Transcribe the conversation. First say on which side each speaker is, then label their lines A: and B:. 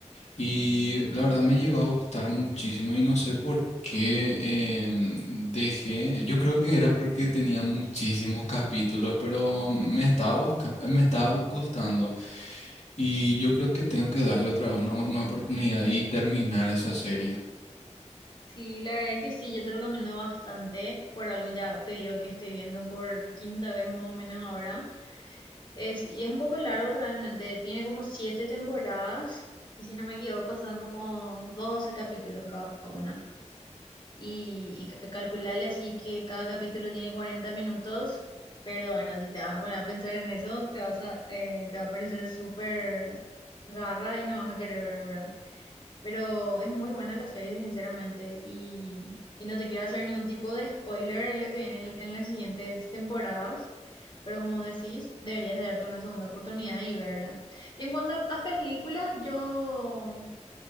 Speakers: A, on the left; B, on the left.
A: y la verdad me llegó a gustar muchísimo y no sé por qué em, dejé. Yo creo que era porque tenía muchísimos capítulos, pero me estaba busca- me estaba gustando y yo creo que tengo que darle otra vez una una oportunidad y terminar esa serie.
B: Sí, la verdad es que sí, yo te recomiendo bastante. Por algo ya te digo que estoy viendo por quinta vez más o menos ahora. Es, y es un poco largo realmente, tiene como siete temporadas y si no me equivoco son como 12 capítulos cada una. y, y ca- eh, calcularle así que cada capítulo tiene 40 minutos, pero bueno, si te vas a poner a pensar en eso, te vas a, eh, te va a parecer súper garra y no vas a querer ver, ¿verdad? Pero es muy buena la serie, sinceramente, y, y no te quiero hacer ningún tipo de spoiler en lo que viene en, en las siguientes temporadas. Pero como decís, deberías de darte una segunda oportunidad y verla. Y en cuanto a, a películas, yo